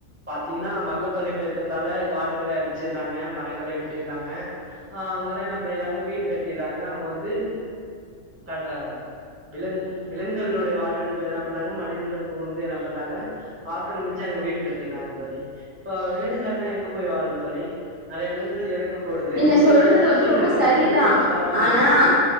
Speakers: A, on the right; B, on the right.
A: பாத்தீங்கனா மக்கள் தொகை பெருக்கத்தால காடுகள அழிச்சிர்றாங்க மரங்களை வெட்டிர்றாங்க ஆ அங்கெலா என்ன பண்ணிர்றாங்க வீடு கட்டிர்றாங்க அங்க வந்து அதா விலங் விலங்குகளுடைய வாழ்விடத்துல என்ன பண்றாங்க மனிதர்கள் இப்ப வந்து என்ன பண்றாங்க ஆக்கரமிச்சு சு அங்க வீடு கட்டிர்றாங்க தோழி இப்ப விலங்குகள்லா எங்க போய் வாழு தோழி நறைய விலங்குகள் இறக்க கூடுது
B: நீங்க
A: இது
B: சொல்றது
A: சுற்றுச்சூழல்
B: வந்து ரொம்ப
A: என்ன
B: சரிதா
A: பண்றது ரொம்ப பாதிக்கருக்குது
B: ஆனா